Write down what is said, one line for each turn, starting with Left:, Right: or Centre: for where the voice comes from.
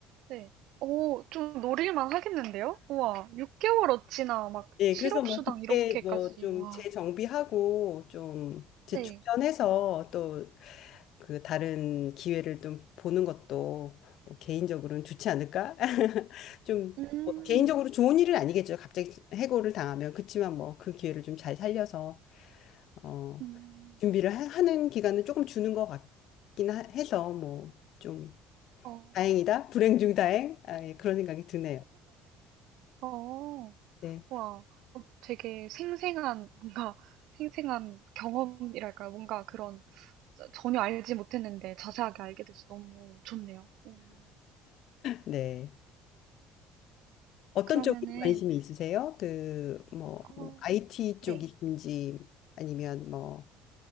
Right: 네. 오, 좀 노릴만 하겠는데요? 우와. 6개월 어치나 막
Left: 예,
Right: 실업수당
Left: 그래서 뭐 그때
Right: 이렇게까지.
Left: 뭐 좀
Right: 와.
Left: 재정비하고 좀 재충전해서
Right: 네.
Left: 또 그 다른 기회를 좀 보는 것도 뭐 개인적으로는 좋지 않을까? <laughs> 좀뭐
Right: 음.
Left: 개인적으로 좋은 일은 아니겠죠. 갑자기 해고를 당하면. 그치만 뭐 그 기회를 좀 잘 살려서 어,
Right: 음.
Left: 준비를 하- 하는 기간은 조금 주는 것 같긴 하- 해서 뭐 좀
Right: 어.
Left: 다행이다. 불행 중 다행. 아, 예, 그런 생각이 드네요.
Right: 어.
Left: 네.
Right: 와. 어 되게 생생한 뭔가 <laughs> 생생한 경험이랄까요? 뭔가 그런 저 전혀 알지 못했는데 자세하게 알게 돼서 너무 좋네요. 음.
Left: 네. 어떤
Right: 그러면은
Left: 쪽으로 관심이 있으세요? 그, 뭐,
Right: 어
Left: 뭐, IT
Right: 네.
Left: 쪽이신지 아니면 뭐,